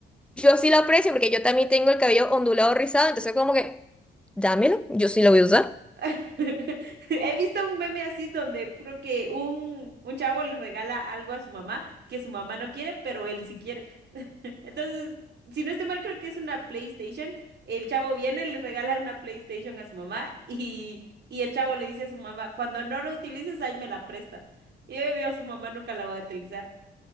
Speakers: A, in the centre; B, on the right.
A: yo sí lo aprecio porque yo también tengo el cabello ondulado rizado, entonces como que, dámelo, yo sí lo voy a usar.
B: <laughs> He visto un meme así donde puro que un, un chavo le regala algo a su mamá que su mamá no quiere, pero él sí quiere. <laughs> Entonces, si no estoy mal, creo que es una PlayStation. El chavo viene, le regala una PlayStation a su mamá y, y el chavo le dice a su mamá, cuando no lo utilices, ahí me la presta. Y obvio, su mamá nunca la va a utilizar.